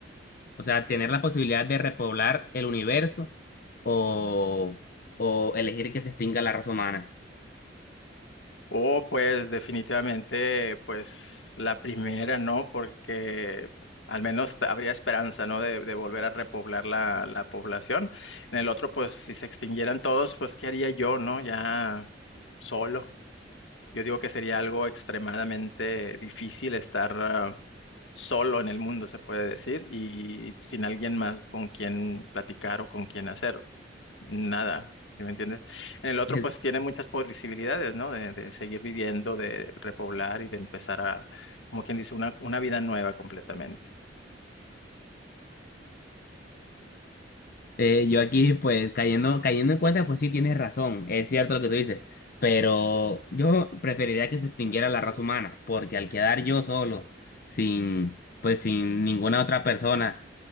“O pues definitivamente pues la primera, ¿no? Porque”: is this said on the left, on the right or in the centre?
Left